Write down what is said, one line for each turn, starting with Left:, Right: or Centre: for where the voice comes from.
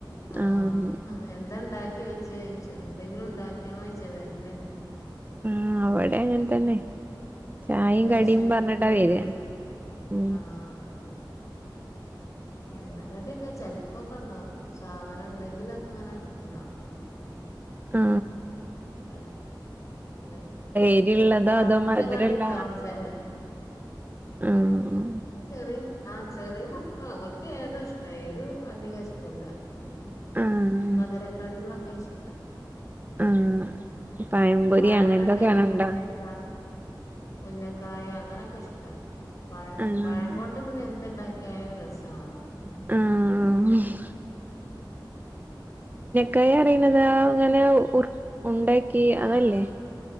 Left: ആ
Right: ആഹ്
Left: എന്താണ്ടാക്കി ച്ചോ എന്തെങ്കിലും ഉണ്ടാക്കണോ ചഴച്ചോ വെറെ തന്നെ
Right: ആ അവിടെ അങ്ങനെ തന്നെ ചായയും
Left: വെശന്നിട്ടല്ലേ
Right: കടിയും പറഞ്ഞിട്ടാ വരിയാ
Left: വരുള്ളൂ
Right: ഉ
Left: ആഹ് എണ്ണ കടിയൊക്കെ ചെല ഇപ്പൊക്കെ ഉണ്ടാക്കും സാധനം ഉണ്ടെങ്കിലൊക്കെ ഇങ്ങനെ ഉണ്ടാക്കും ഉ
Right: ആ
Left: അല്ല
Right: എരിള്ളതോ
Left: രാവിലത്തെക്കാടി
Right: അതോ മധുരള്ള
Left: ഉണ്ടാവുംച്ചാ
Right: ആഹ്
Left: ചെറിയ ആ ചെറിയ മക്കളാ ഓൾക്ക് ഏതോ ഇഷ്ടായിരു അധിക ഇഷ്ടല്ല ഉ
Right: ആഹ്
Left: മധുരക്കടികളൊക്കെ ഇഷ്
Right: ആഹ്
Left: ഉ
Right: പഴംപൊരി
Left: പഴ
Right: അങ്ങനത്തൊക്കെയാണോ
Left: കണ്ടന്
Right: ഇണ്ടാ
Left: ഒന്നേക്ക ഉുന്നക്കായ അങ്ങനെയൊക്കെ ഇഷ്ടാ പഴ
Right: ആഹ്
Left: പഴം കൊണ്ട് പിന്നെ എന്തുണ്ടാക്കി കേ രസാണോന്തഴ
Right: ആഹ് കൈ അറിയുന്നതാ അങ്ങനെ ഉർ ഉണ്ടാക്കി
Left: ആ
Right: അതല്ലേ